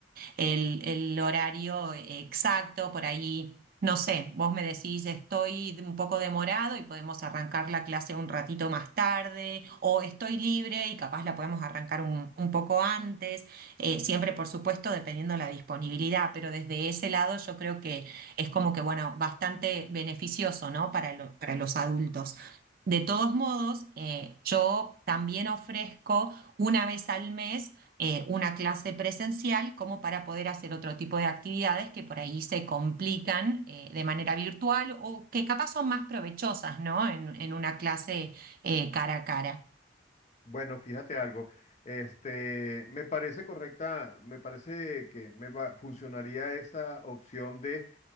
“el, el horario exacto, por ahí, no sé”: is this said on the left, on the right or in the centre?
Right